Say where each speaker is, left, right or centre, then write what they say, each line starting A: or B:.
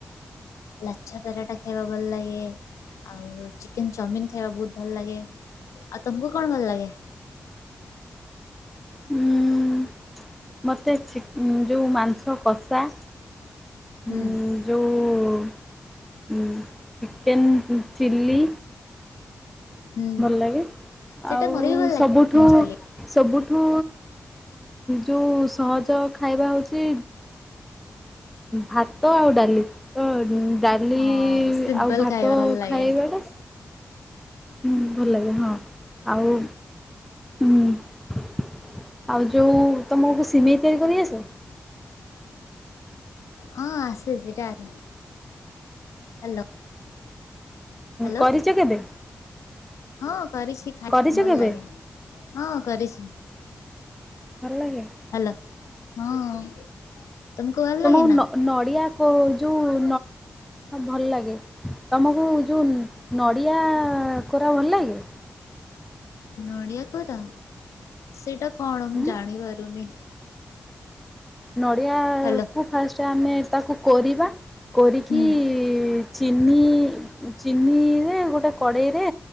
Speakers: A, on the left (about 90°); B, in the centre.
A: ଲାଛା ପରାଟା ଖାଇବା ଭଲ ଲାଗେ। ଆଉ ଚିକେନ ଚାଉମିିନ ଖାଇବା ବହୁତ ଭଲ ଲାଗେ। ଆଉ ତମକୁ କଣ ଭଲ ଲାଗେ?
B: ଉଁ ମୋତେ ଚି ଯୋଉ ମାଂସ କଷା।
A: ହୁଁ
B: ଉଁ ଯୋଉ ଚିକେନ୍ ଚିଲ୍ଲି
A: ହୁଁ
B: ଭଲ ଲାଗେ।
A: ସେଇଟା
B: ଆଉ
A: ମୋର ବି ଭଲ ଲାଗେ
B: ସବୁଠୁ ସବୁଠୁ ଯୋଉଁ ସହଜ ଖାଇବା ହଉଛି ଭାତ ଆଉଡାଲି। ତ ଡାଲି
A: ହଁ ସିମ୍ପଲ
B: ଆଉ ଭାତ
A: ଖାଇବା ଭଲ ଲାଗେ
B: ଖାଇବାଟା ହୁଁ ଭଲ ଲାଗେ ହଁ। ଆଉ ହୁଁ ଆଉ ଯୋଉ ତମକୁ ସିମେଇ ତିଆରି କରି ଆସେ?
A: ହଁ ଆସିଚି କାର ହାଲୋ। ହାଲୋ
B: କରିଛ କେବେ
A: ହଁ କରିଛି ଖାଇଛି
B: କରିଛ
A: ଭଲ
B: କେବେ
A: ଲାଗେ। ହଁ କରିଛି।
B: ଭଲ ଲାଗେ?
A: ହାଲୋ ହଁ। ତମକୁ ଭଲ
B: ତମ
A: ଲାଗେ
B: ମୁଁ
A: ନା?
B: ନଡ଼ିଆ କୋ ଯୋଉ ଭଲ ଲାଗେ। ତମକୁ ଯେଉ ନଡ଼ିଆ କୋରା ଭଲ ଲାଗେ?
A: ନଡ଼ିଆ ଖରା ସେଇଟା କଣ ମୁଁ
B: ଉଁ
A: ଜାଣି ପାରୁନି?
B: ନଡ଼ିଆକୁ
A: ହ୍ୟାଲୋ
B: ଫାଷ୍ଟ ଆମେ ତାକୁ କୋରିବା କୋରୋିକି
A: ହୁଁ
B: ଚିନି ଚିନିରେ ଗୋଟେ କଡ଼େଇରେ